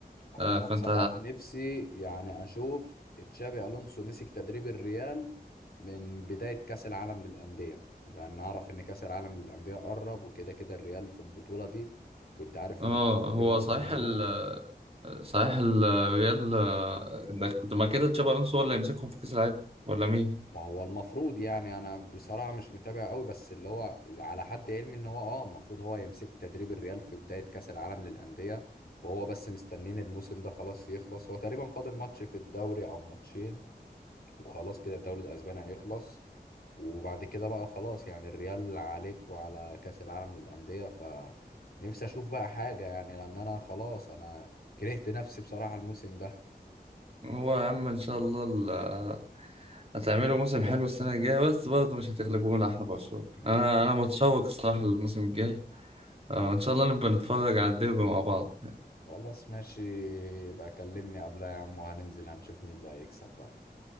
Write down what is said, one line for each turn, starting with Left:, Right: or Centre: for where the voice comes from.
Left: هو
Right: آه،
Left: انا
Right: فانت
Left: بصراحة نفسي يعني اشوف تشابي الونسو مسك تدريب الريال من بداية كأس العالم للأندية لأن أعرف إن كأس العالم للأندية قرب وكده كده الريال في البطولة دي وأنت عارف
Right: اه
Left: إن البطولة
Right: هو
Left: دي برضه
Right: صحيح
Left: مهمة
Right: ال صحيح الريال آه، ده كنت ما كده تشابي الونسو هو اللي يمسكهم في كاس العالم ولا مين
Left: ما هو المفروض يعني انا بصراحة مش متابع قوي بس اللي هو اللي على حد علمي ان هو اه المفروض هو يمسك تدريب الريال في بداية كأس العالم للأندية وهو بس مستنين الموسم ده خلاص يخلص هو تقريبا فاضل ماتش في الدوري او ماتشين وخلاص كده الدوري الاسباني هيخلص وبعد كده بقى خلاص يعني الريال عليك وعلى كأس العالم للأندية فنفسي اشوف بقى حاجة يعني لان انا خلاص انا كرهت نفسي بصراحة الموسم ده
Right: هو يا عم ان شاء الله ال- آه، هتعملوا موسم حلو السنه الجايه بس برضه مش هتغلبونا احنا برشلونه
Left: <laughs>
Right: انا انا متشوق الصراحه للموسم الجاي آه، ان شاء الله نبقى نتفرج على الديربي مع بعض
Left: خلاص ماشي يبقى كلمني قبلها يا عم وهننزل هنشوف مين اللي هيكسب بقى